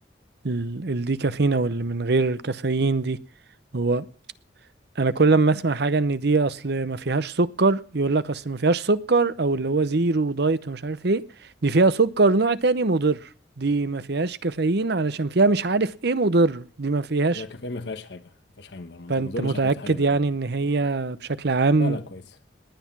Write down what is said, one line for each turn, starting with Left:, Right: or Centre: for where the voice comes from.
Right: ال الديكافينا واللي من غير كافيين دي هو انا كل ما اسمع حاجه ان دي اصل ما فيهاش سكر يقول لك اصل ما فيهاش سكر او اللي هو زيرو دايت ومش عارف ايه دي فيها سكر نوع تاني مضر دي ما فيهاش كافيين علشان فيها مش عارف ايه مضر دي ما فيهاش
Left: لا الكافيين ما فيهاش حاجة ما فيهاش حاجة مضرة ما
Right: فانت
Left: أظن- ما أظنش
Right: متاكد
Left: هحط حاجة بديلة
Right: يعني
Left: يعني.
Right: ان هي بشكل عام
Left: لا لا كويس